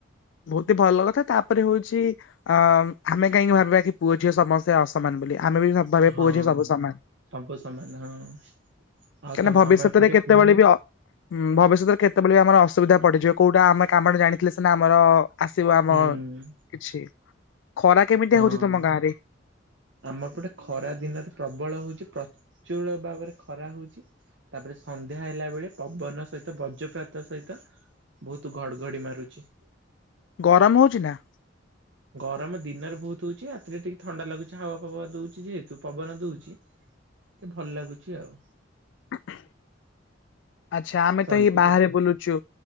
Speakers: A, on the left; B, on the right.
A: ବହୁତ ଭଲ କଥା ତାପରେ ହୋଉଛି ଅ ଆମେ କାହିଁକି ଭାବିବା କି ପୁଅ ଝିଅ ସମସ୍ତେ ଅସମାନ ବୋଲି ଆମେ ବି ଭାବିବା
B: ହଁ
A: ପୁଅ ଝିଅ ସବୁ ସମାନ।
B: ସବୁ ସମାନ ହଁ। ଆଉ
A: କାହିଁକି
B: ତମ
A: ନା ଭବିଷ୍ୟତରେ
B: ଆମ ଏପଟେ
A: କେତେବେଳେ
B: କୁହନି
A: ବି ହୁଁ ଭବିଷ୍ୟତରେ କେତେବେଳେ ବି ଆମର ଅସୁବିଧା ପଡିଯିବ କୋଉଟା ଆମ କାମ ଜାଣିଥିଲେ ସିନା ଆମର ଆସିବ ଆମ
B: ହୁଁ
A: କିଛି ଖରା କେମିତି
B: ହଁ।
A: ହଉଛି ତମ ଗାଁରେ?
B: ଆମ ଏପଟେ ଖରା ଦିନରେ ପ୍ରବଳ ହୋଉଛି ପ୍ରଚୁର ଭାବରେ ଖରା ହୋଉଛି। ତାପରେ ସନ୍ଧ୍ୟା ହେଲା ବେଳେ ପବନ ସହିତ ବଜ୍ରପାତ ସହିତ ବହୁତ ଘଡଘଡି ମାରୁଛି।
A: ଗରମ ହୋଉଛି ନା?
B: ଗରମ ଦିନରେ ବୋହୁତ ହୋଉଛି ରାତିରେ ଟିକେ ଥଣ୍ଡା ଲାଗୁଛି ହାୱା ଫାୱା ଦୋଉଛି ଯେହେତୁ ପବନ ଦୋଉଛି। ଭଲ ଲାଗୁଛି ଆଉ।
A: ଉ ହୁଁ <inaudible> ଆଚ୍ଛା ଆମେ
B: ଶାନ୍ତିରେ
A: ତ ଏଇ ବାହାରେ ବୁଲୁଛୁ